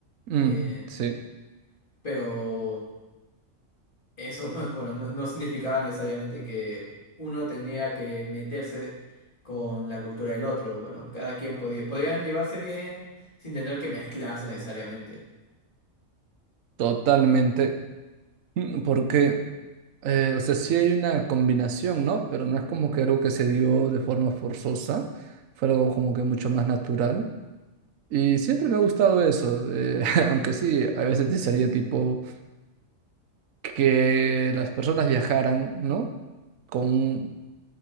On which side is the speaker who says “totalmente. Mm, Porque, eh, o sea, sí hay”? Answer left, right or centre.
Right